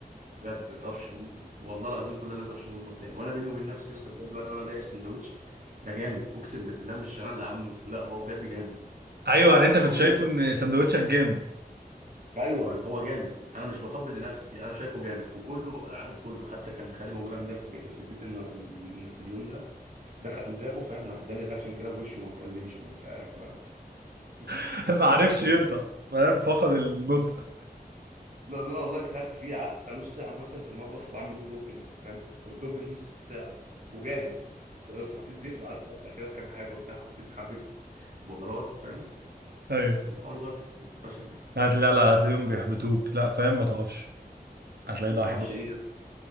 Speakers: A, on the right; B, on the right.
A: بجد ما تقفش في المطبخ والله العظيم كله قال لي ما تقفش في المطبخ تاني وانا بيني وبين نفسي يا اسطى بجد بقى اللي انا دايق السندوتش ده جامد اقسم بالله مش انا اللي عامله لا هو بجد جامد
B: ايوه يعني انت
A: وكله
B: كنت شايفه ان سندوتشك جامد
A: ايوه هو جامد انا مش بطبل لنفسي انا شايفه جامد وكله عارف كله حتى كان خالي موجود عندها في البيت في البيت النا- ال- في اليوم ده دخل داقه فاهم راح اداني الاكشن كده بوشه وما اتكلمش فمش عارف بقى <laughs>
B: <laughs> ما عرفش ينطق فاهم فقد النطق
A: لا لا لا والله اجتهدت فيه قعدت بتاع نص ساعه مثلا في المطبخ بعمل هوت دوج كمان فاهم هوت دوج في نص ساعه وجاهز انت بس حطيت زيت وقعدت اقطع كده في كام حاجه وبتاع حطيت حبه بهارات فاهم
B: ايوه
A: بس الحوار بقى في الآخر فشل يعني
B: هت لا لا هتلاقيهم بيحبطوك لا فاهم ما تقفش هتلاقي ده
A: ما
B: احباط
A: اعرفش ايه يا اسطى